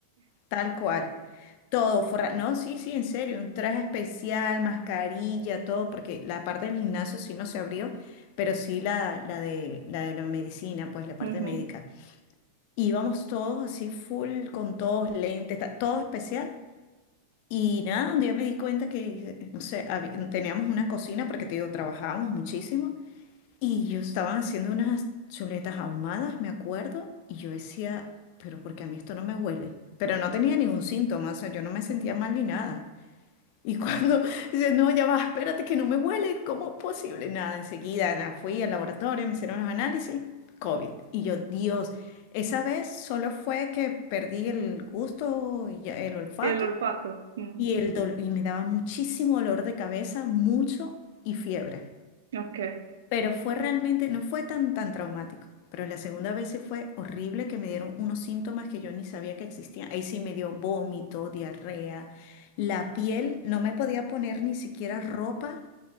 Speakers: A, on the left; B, on the right.
A: tal cual. Todo, forra- no, sí, sí, en serio, un traje especial, mascarilla, todo, porque la parte del gimnasio sí no se abrió, pero sí la, la de, la de la medicina, pues la parte
B: ujú.
A: médica. Íbamos todos así full, con todos lentes, ta- todo especial. Y nada, un día me di cuenta que, eh, no sé, habi- teníamos una cocina, porque te digo, trabajábamos muchísimo, y yo estaban haciendo unas chuletas ahumadas, me acuerdo, y yo decía, pero porque a mí esto no me huele. Pero no tenía ningún síntoma, o sea, yo no me sentía mal ni nada. Y cuando <laughs> dice, no, ya va, espérate que no me huele, ¿cómo es posible? Nada, enseguida nada, fui al laboratorio, me hicieron los análisis, COVID. Y yo, Dios, esa vez solo fue que perdí el gusto, y ya- el olfato
B: Y el olfato. Mm,
A: y, el dol- y me daba muchísimo dolor de cabeza, mucho y fiebre.
B: Ok.
A: Pero fue realmente, no fue tan, tan traumático. Pero la segunda vez sí fue horrible que me dieron unos síntomas que yo ni sabía que existían. Ahí sí me dio vómito, diarrea, la piel, no me podía poner ni siquiera ropa.